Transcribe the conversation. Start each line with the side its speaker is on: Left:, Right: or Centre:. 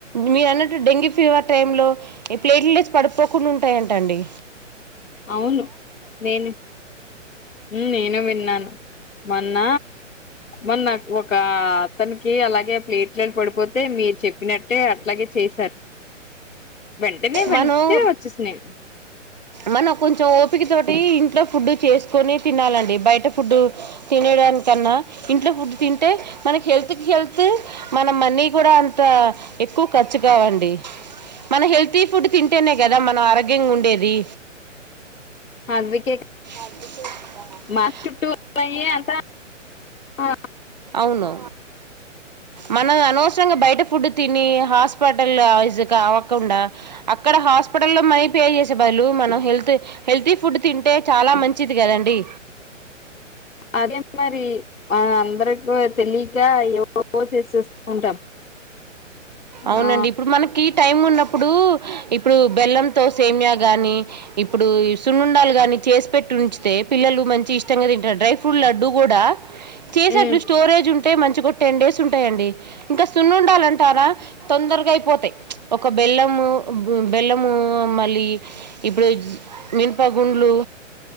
Right: మీరు అన్నట్టు డెంగ్యూ ఫీవర్ టైం లో ప్లేట్స్ పడుపోకుండా ఉంటాయంట అండి
Left: అవును నేను ఉమ్ నేను విన్నాను మొన్న మొన్న ఒక అతనికి అలాగే ప్లేట్లు పడిపోతే మీరు చెప్పినట్టే అట్లాగే చేశారు వెంటనే వెంటనే
Right: మను
Left: వచ్చేసినాయి
Right: మన కొంచెం ఓపిక తోటి ఇంట్లో ఫుడ్ చేసుకొని తినాలండి. బయట ఫుడ్ తినడానికన్నా ఇంట్లో ఫుడ్ తింటే మనకి హెల్త్కి హెల్త్ మన మనీ కూడా అంత ఎక్కువ ఖర్చు కావండి. మన హెల్తీ ఫుడ్ తింటేనే కదా మనం ఆరోగ్యంగా ఉండేది.
Left: అందుకే
Right: అందుకే కదా
Left: మా
Right: మన
Left: చుట్టూ లయ్యే అంత ఆ
Right: అవును మనం అనవసరంగా బయట ఫుడ్ తిని హాస్పట లైజ్ అవ్వకుండ, అక్కడ హాస్పిటల్లో మనీ పే చేసే బదులు, మనం హెల్త్ హెల్తీ ఫుడ్ తింటే చాలా మంచిది కదండి.
Left: అదే మరి అందరికు తెలీక ఎ పో చేసేస్తూ ఉంటాం
Right: అవునండి.
Left: ఆ
Right: ఇప్పుడు మనకి టైం ఉన్నప్పుడు ఇప్పుడు బెల్లంతో సేమ్యా కానీ ఇప్పుడు సున్నుండాలు కానీ చేసి పెట్టి ఉంచితే పిల్లలు మంచి ఇష్టంగా తింటారు డ్రై ఫ్రూట్ లడ్డుూ కూడా చేసేట్లు
Left: ఉమ్
Right: స్టోరేజ్ ఉంటు మంచుకు టెన్ డేస్ ఉంటాయండి ఇంకా సున్ను ఉండాలంటారా తొందరగా అయిపోతాయి ఒక బెల్లము బెల్లము మళ్ళీ ఇప్పుడు మినుప గుండ్లు